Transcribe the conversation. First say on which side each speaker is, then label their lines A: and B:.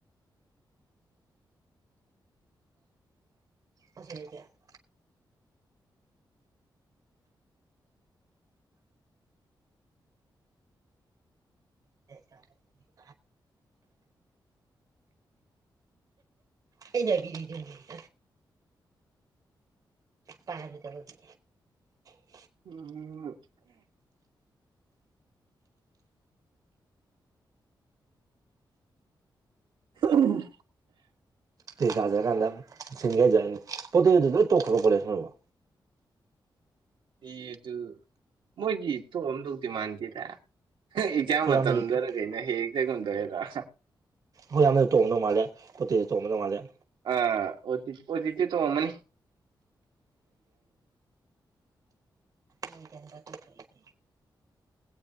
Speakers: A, on the right (about 45°); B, on the right (about 80°).
A: ꯑꯣꯁꯗ <inaudible> ꯁ ꯀꯔꯦ <inaudible> ꯑꯩꯩꯅꯕꯤ <unintelligible> <inaudible> ꯄꯔꯕꯤ ꯆꯂꯗꯤ <inaudible>
B: ꯎꯝ <inaudible> ꯎꯝ
A: ꯇꯥꯖꯔ ꯀꯥꯟꯗ ꯁꯤ ꯍꯥꯏꯖꯅꯤꯣ ꯂꯣꯏ ꯇꯣꯛꯈ꯭ꯔꯕ ꯀꯣꯂꯦꯖꯣ <inaudible>
B: ꯑꯦ ꯑꯗꯨ ꯃꯣꯏꯒꯤ ꯇꯣꯛꯑꯝꯗꯧꯗꯤ ꯃꯥꯟꯗꯦꯗ ꯏꯛꯖꯥꯡ
A: ꯑꯩꯈꯣꯏ
B: ꯃꯇꯝꯗꯅ
A: ꯏꯌꯥꯝꯕꯁꯨ ꯑꯩꯈꯣꯏ
B: ꯀꯩꯅꯣ ꯍꯦꯛ ꯆꯩꯒꯨꯝꯗꯣꯏ ꯍꯦꯔꯥ
A: ꯃꯣꯏꯌꯥꯝꯅꯗ ꯇꯣꯡꯅꯃꯇꯩ ꯃꯥꯜꯂꯦ ꯄꯣꯠꯇꯦꯁꯨ ꯇꯣꯡꯅꯅꯕꯧ ꯃꯥꯜꯂꯦ
B: ꯑ ꯑꯣꯖꯤꯠꯇꯦ ꯇꯣꯡꯑꯃꯅꯤ
A: ꯃꯣꯏꯇ ꯇꯣꯛ ꯊꯣꯛꯦ <inaudible>